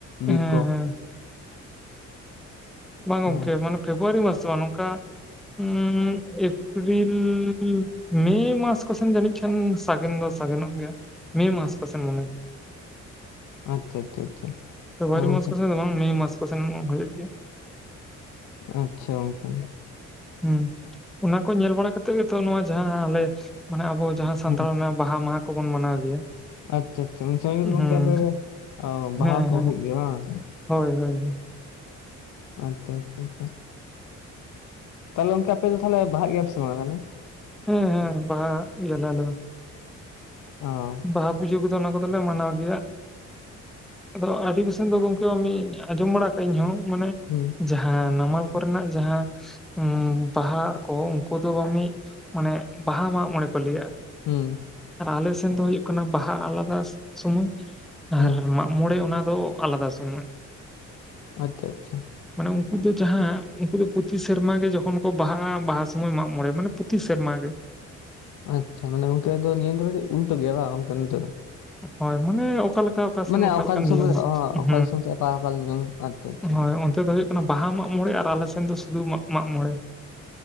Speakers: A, on the left; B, in the centre.
A: ᱵᱤᱨ
B: ᱦᱮᱸ
A: ᱠᱚ
B: ᱵᱟᱝ ᱜᱚᱝᱠᱮ,
A: ᱚᱸ
B: ᱢᱟᱱᱮ ᱯᱷᱮᱵᱽᱣᱟᱨᱤ ᱢᱟᱥ ᱫᱚ ᱵᱟᱝ ᱱᱚᱝᱠᱟ ᱩᱸᱻ ᱮᱯᱨᱤᱞ ᱢᱮ ᱢᱟᱥ ᱠᱚᱥᱮᱱ ᱡᱟᱹᱱᱤᱡ ᱠᱷᱟᱱ ᱥᱟᱹᱜᱮᱱ ᱫᱚ ᱥᱟᱹᱜᱮᱱᱚᱜ ᱜᱮᱭᱟ, ᱢᱮ ᱢᱟᱥ ᱠᱚᱥᱮᱱ ᱢᱟᱱᱮ᱾
A: ᱟᱪᱪᱷᱟ ᱟᱪᱪᱷᱟ ᱟᱪᱪᱷᱟ᱾
B: ᱯᱷᱮᱵᱨᱩᱣᱟᱨᱤ
A: ᱦᱮᱸ ᱩᱱ
B: ᱢᱟᱥ
A: ᱥᱚᱢ
B: ᱠᱚᱥᱮᱱ ᱫᱚ ᱵᱟᱝ ᱢᱮ ᱢᱟᱥ ᱠᱚᱥᱮᱱ ᱦᱩᱭᱩᱜ ᱜᱮᱭᱟ᱾
A: ᱟᱪᱪᱷᱟ, ᱜᱚᱝᱠᱮ᱾
B: ᱦᱩᱸ, ᱚᱱᱟ ᱠᱚ ᱧᱮᱞ ᱵᱟᱲᱟ ᱠᱟᱛᱮ ᱜᱮᱛᱚ ᱱᱚᱣᱟ ᱡᱟᱦᱟᱸ ᱟᱞᱮ ᱢᱟᱱᱮ ᱟᱵᱚ ᱡᱟᱦᱟᱸ ᱥᱟᱱᱛᱟᱲ
A: ᱦᱩᱸ᱾
B: ᱨᱮᱱᱟᱜ ᱵᱟᱦᱟ ᱢᱟᱦᱟᱸ ᱠᱚᱵᱚᱱ ᱢᱟᱱᱟᱣ ᱜᱮᱭᱟ᱾
A: ᱟᱪᱪᱷᱟ ᱟᱪᱪᱷᱟ ᱾ᱩᱱ ᱥᱚᱢᱚᱭ ᱜᱮ ᱜᱚᱝᱠᱮ
B: ᱦᱮᱸ
A: ᱟᱯᱮ ᱵᱟᱦᱟ
B: ᱦᱮᱸ
A: ᱠᱚ
B: ᱦᱮᱸ
A: ᱦᱩᱭᱩᱜ ᱜᱮᱭᱟ ᱵᱟᱝ?
B: ᱦᱳᱭ, ᱦᱳᱭ ᱦᱳᱭ᱾
A: ᱟᱪᱪᱷᱟ ᱟᱪᱪᱷᱟ ᱟᱪᱪᱷᱟ᱾ ᱛᱟᱦᱚᱞᱮ ᱜᱚᱝᱠᱮ ᱟᱯᱮ ᱫᱚ ᱛᱟᱦᱚᱞᱮ ᱵᱟᱦᱟᱜ ᱜᱮᱭᱟᱯᱮ ᱥᱮ ᱵᱟᱝᱟ ᱛᱟᱦᱚᱞᱮ?
B: ᱦᱮᱸ ᱦᱮᱸ, ᱵᱟᱦᱟᱜ ᱜᱮᱭᱟ ᱞᱮ ᱟᱞᱮ ᱦᱚᱸ᱾
A: ᱚ᱾
B: ᱵᱟᱦᱟ ᱯᱩᱡᱟᱹ ᱠᱚᱫᱚ ᱚᱱᱟ ᱠᱚᱫᱚ ᱞᱮ ᱢᱟᱱᱟᱣ ᱜᱮᱭᱟ᱾ ᱟᱫᱚ ᱟᱹᱰᱤ ᱠᱚ ᱥᱮᱱ ᱫᱚ ᱜᱚᱝᱠᱮ ᱟᱸᱢᱤᱡ ᱟᱸᱡᱚᱢ ᱵᱟᱲᱟ ᱠᱟᱜ-ᱟᱹᱧ ᱤᱧᱦᱚᱸ ᱢᱟᱱᱮ
A: ᱦᱩᱸ ᱾
B: ᱡᱟᱦᱟᱸ ᱱᱟᱢᱟᱞ ᱠᱚᱨᱮᱱᱟᱜ ᱡᱟᱦᱟᱸ ᱵᱟᱦᱟ ᱟᱠᱚ ᱩᱱᱠᱩ ᱫᱚ ᱢᱤᱫ ᱢᱟᱱᱮ ᱵᱟᱦᱟ ᱢᱟᱜ ᱢᱚᱬᱮ ᱠᱚ ᱞᱟᱹᱭᱟ-ᱟ᱾
A: ᱦᱩᱸ ᱾
B: ᱟᱨ ᱟᱞᱮ ᱥᱮᱱ ᱫᱚ ᱦᱩᱭᱩᱜ ᱠᱟᱱᱟ ᱵᱟᱦᱟ ᱟᱞᱟᱫᱟ ᱥᱚᱢᱚᱭ
A: ᱦᱩᱸ᱾
B: ᱟᱨ ᱢᱟᱜ ᱢᱚᱬᱮ ᱚᱱᱟ ᱫᱚ ᱟᱞᱟᱫᱟ ᱥᱚᱢᱚᱭ ᱾
A: ᱟᱪᱪᱷᱟ ᱟᱪᱪᱷᱟ ᱾
B: ᱢᱟᱱᱮ ᱩᱱᱠᱩ ᱫᱚ ᱡᱟᱦᱟᱸ ᱩᱱᱠᱩ ᱫᱚ ᱯᱨᱚᱛᱤ ᱥᱮᱨᱢᱟ ᱜᱮ ᱡᱚᱠᱷᱚᱱ ᱠᱚ ᱵᱟᱦᱟᱜ-ᱟ, ᱵᱟᱦᱟ ᱥᱚᱢᱚᱭ ᱢᱟᱜ ᱢᱚᱬᱮ, ᱢᱟᱱᱮ ᱯᱚᱛᱤ ᱥᱮᱨᱢᱟ ᱜᱮ᱾
A: ᱟᱪᱪᱷᱟ ᱢᱟᱱᱮ ᱜᱚᱝᱠᱮ ᱫᱚ ᱱᱤᱭᱟᱹ ᱫᱚ ᱠᱟᱹᱴᱤᱡ ᱩᱞᱴᱟᱹ ᱜᱮᱭᱟ ᱵᱟᱝ, ᱜᱚᱢᱠᱮ ᱱᱚᱛᱮ ᱫᱚ?
B: ᱦᱳᱭ ᱢᱟᱱᱮ ᱚᱠᱟ ᱞᱮᱠ ᱛᱚ ᱚᱠᱟ ᱥᱮᱱ
A: ᱢᱟᱱᱮ
B: ᱚᱠᱟ ᱞᱮᱠᱟᱱ
A: ᱫᱤᱥᱚᱢ
B: ᱱᱤᱭᱚᱢ
A: ᱨᱮ
B: ᱦᱟᱸᱜ
A: ᱚ ᱚᱠᱟ ᱫᱤᱥᱚᱢ ᱥᱮᱫ ᱚᱠᱟ ᱚᱠᱟ ᱱᱤᱭᱚᱢ ᱟᱪᱪᱷᱟ ᱟᱪᱪᱷᱟ
B: ᱦᱩᱸ ᱦᱳᱭ ᱚᱱᱛᱮ ᱫᱚ ᱦᱩᱭᱩᱜ ᱠᱟᱱᱟ ᱵᱟᱦᱟ ᱢᱟᱜ ᱢᱚᱬᱮ ᱟᱨ ᱟᱞᱮ ᱥᱮᱱ ᱫᱚ ᱥᱩᱫᱩ ᱢᱟᱜ ᱢᱟᱜ ᱢᱚᱬᱮ ᱾